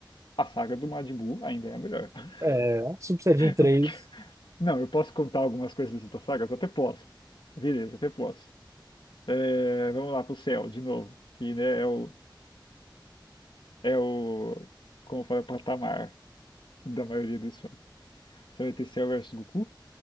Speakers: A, on the left; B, on the right.
A: A saga do Majin Buu ainda é a melhor. <laughs>
B: É, Super Saiyajin três
A: O que Não, eu posso contar algumas coisas das outras sagas? Até posso. Beleza, até posso. É, vamos lá pro céu, de novo. Que, né, é o, é o, como fala, o patamar da maioria dos fãs. Você vai ter Cell versus Goku,